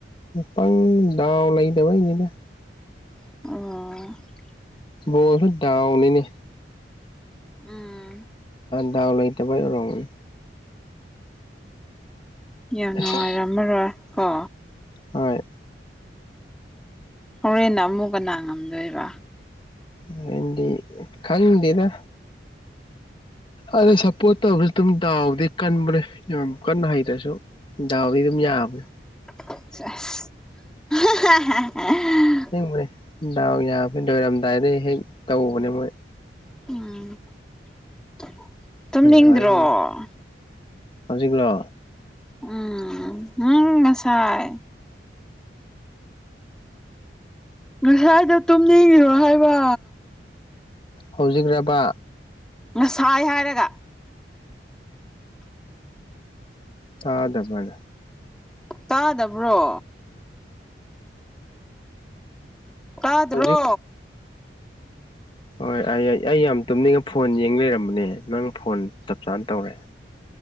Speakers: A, on the left; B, in the centre.
A: ꯄꯪ ꯗꯥꯎ ꯂꯩꯏꯇꯕꯥꯏ ꯅꯤꯗ
B: ꯑꯣ <unintelligible> <inaudible>
A: ꯕꯣꯜꯗꯣ ꯗꯣꯎꯅꯤꯅꯦ
B: ꯎꯝ
A: ꯗꯥꯎ ꯂꯩꯥꯏꯇꯕꯩ ꯑꯣꯏꯔꯝ <inaudible>
B: ꯌꯥꯝ
A: ꯑꯁ
B: ꯅꯨꯡꯉꯥꯏꯔꯝꯃꯔꯣꯏ ꯀꯣ
A: ꯍꯣꯏ
B: ꯍꯣꯔꯦꯟ ꯑꯃꯨꯛ ꯀꯅꯥ ꯉꯝꯗꯣꯏꯕ
A: ꯍꯣꯔꯦꯜꯗꯤ ꯈꯪꯗꯦꯗ ꯑꯗ ꯁꯞꯄꯣꯔꯠ ꯇꯧꯕꯁꯨ ꯑꯗꯨꯝ ꯗꯥꯎꯗꯤ ꯀꯟꯕ꯭ꯔꯥ ꯌꯥꯝ ꯀꯟꯅ ꯍꯩꯇ꯭ꯔꯁꯨ ꯗꯥꯎꯗꯤ ꯑꯗꯨꯝ ꯌꯥꯕꯅꯦ
B: <unintelligible> <inaudible>
A: ꯕꯅꯦ ꯗꯥꯎ ꯌꯥꯕ ꯂꯣꯏꯔꯝꯗꯥꯏꯗ ꯍꯦꯛ ꯇꯧꯕꯅꯦ ꯃꯣꯏ
B: ꯎꯝ <unintelligible> <inaudible> ꯇꯨꯝꯅꯤꯡꯗ꯭ꯔꯣ
A: ꯍꯦꯟ ꯍꯧꯖꯤꯛꯂꯣ
B: ꯎꯝ ꯎꯝ ꯉꯁꯥꯏ ꯉꯁꯥꯏꯗꯣ ꯇꯨꯝꯅꯤꯡꯉꯔꯣ ꯍꯥꯏꯕ
A: ꯍꯧꯖꯤꯛꯔꯕ
B: ꯉꯁꯥꯏ ꯍꯥꯏꯔꯒ
A: ꯇꯗꯕꯅꯦ
B: ꯇꯥꯗꯕ꯭ꯔꯣ ꯇꯗ꯭ꯔꯣ
A: ꯍꯧꯖꯤꯛ ꯍꯣꯏ ꯑꯩ ꯑꯩ ꯌꯥꯝ ꯇꯨꯝꯅꯤꯡꯉ ꯐꯣꯟ ꯌꯦꯡ ꯂꯩꯔꯝꯕꯅꯦ ꯅꯪ ꯐꯣꯟ ꯆꯞ ꯆꯥꯅ ꯇꯧꯔꯦ